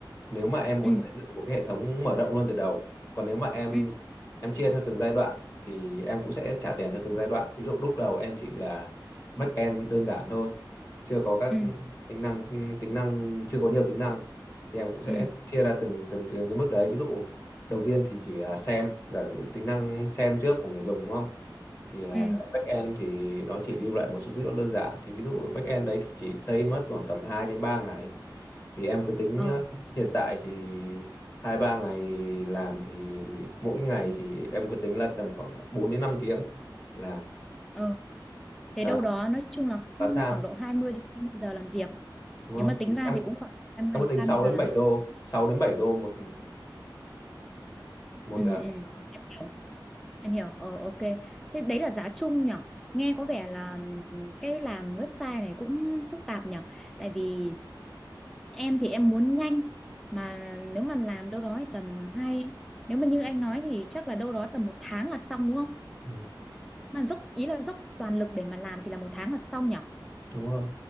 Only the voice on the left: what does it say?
Nếu mà em muốn
xây dựng một cái hệ thống mở rộng luôn từ đầu, còn nếu mà em
em chia theo từng giai đoạn thì em cũng sẽ trả tiền theo từng giai đoạn. Ví dụ lúc đầu em chỉ là backend đơn giản thôi, chưa có các
tính năng tính năng chưa có nhiều tính năng thì em cũng sẽ
chia ra từng từng từng cái mức đấy. Ví dụ đầu tiên thì chỉ là xem, giả sử tính năng xem trước của người dùng đúng không? thì là
cái backend thì nó chỉ lưu lại một số dữ liệu đơn giản thì ví dụ backend đấy thì chỉ xây mất khoảng tầm hai đến ba ngày thì em cứ tính
ờ, hiện tại thì hai ba ngày làm thì mỗi ngày thì em cứ tính là tầm khoảng 4 đến 5 tiếng làm
à,
part
time
đúng
không?
Thì
em
em
cứ tính
sáu
đến
bảy đô 6 đến 7 đô một một,
ờ,
một giờ.
Ừ,
đúng rồi